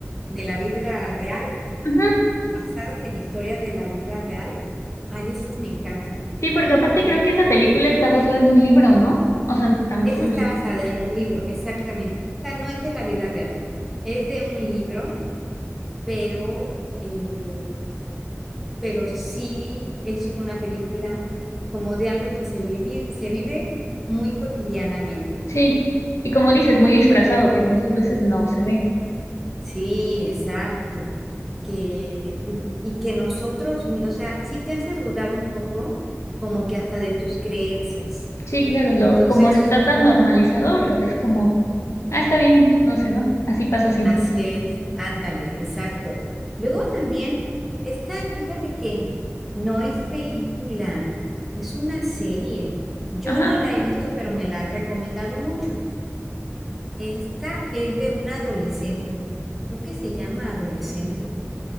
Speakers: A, in the centre; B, on the left.
A: de la vida real,
B: Ujú.
A: basadas en historias de la vida real. Ay, esas me encantan.
B: Sí, porque aparte
A: Y
B: creo que esa película está basada en un libro, ¿no? O sea, tampoco
A: esa
B: lo.
A: está
B: leí.
A: basada en un libro, exactamente. Esta no es de la vida real, es de un libro, pero... eh, pero sí es una película como de algo que se vive, se vive muy cotidianamente.
B: Sí, y como dices, muy disfrazado, que muchas veces no se ve.
A: Sí, exacto. Que, y, y que nosotros, mi- o sea, sí te hace dudar un poco, como que hasta de tus creencias.
B: Sí, claro, lo,
A: Entonces,
B: como está tan normalizado, lo ves como, ah, está bien, no sé, ¿no? Así pasa siempre.
A: así es, ándale, exacto. Luego también, esta, fíjate que no es película, es una serie. Yo
B: Ajá.
A: no la he visto, pero me la han recomendado mucho. Esta es de un adolescente. Creo que se llama Adolescente.